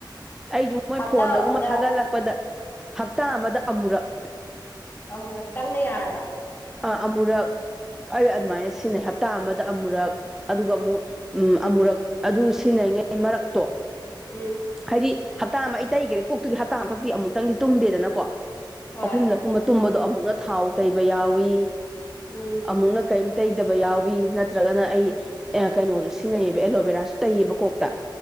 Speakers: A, in the centre; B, on the left (about 25°).
A: ꯑꯩꯖꯨ ꯃꯣꯏ
B: ꯍꯞꯇꯥ
A: ꯐꯣꯟꯗꯒꯨꯝꯕ
B: ꯑꯝꯗ
A: ꯊꯥꯒꯠꯂꯛꯄꯗ ꯍꯞꯇꯥ ꯑꯃꯗ ꯑꯃꯨꯔꯛ
B: ꯑꯃꯨꯔꯛꯇꯪꯅ ꯌꯥꯔꯕ?
A: ꯑ ꯑꯃꯨꯔꯛ ꯑꯩ ꯑꯗꯨꯃꯥꯏꯅ ꯁꯤꯟꯅꯩ ꯍꯞꯇꯥ ꯑꯃꯗ ꯑꯃꯨꯔꯛ ꯑꯗꯨꯒ ꯑꯃꯨꯛ ꯎꯝ ꯑꯃꯨꯔꯛ ꯑꯗꯨ ꯁꯤꯟꯅꯩꯉꯩ ꯃꯔꯛꯇꯣ
B: ꯎꯝ
A: ꯍꯥꯏꯗꯤ ꯍꯞꯇꯥ ꯑꯃ ꯑꯩ ꯇꯩꯒ꯭ꯔꯦ ꯀꯣꯛꯇꯗꯤ ꯍꯞꯇꯥ ꯑꯃꯈꯛꯇꯤ ꯑꯃꯨꯛꯇꯪꯗꯤ ꯇꯨꯝꯗꯦꯗꯅꯀꯣ꯫
B: ꯍꯣꯏ
A: ꯑꯍꯨꯝꯂꯛꯀꯨꯝꯕ ꯇꯨꯝꯕꯗꯣ ꯑꯃꯨꯛꯅ ꯊꯥꯎ ꯇꯩꯕ ꯌꯥꯎꯋꯤ,
B: ꯎꯝ
A: ꯑꯃꯨꯛꯅ ꯀꯩꯝ ꯇꯩꯗꯕ ꯌꯥꯎꯋꯤ ꯅꯠꯇ꯭ꯔꯒꯅ ꯑꯩ
B: ꯎꯝ
A: ꯑꯦ ꯀꯩꯅꯣꯗꯣ ꯁꯤꯖꯤꯟꯅꯩꯌꯦꯕ ꯑꯦꯂꯣ ꯕꯦꯔꯥꯁꯨ ꯇꯩꯌꯦꯕ ꯀꯣꯛꯇ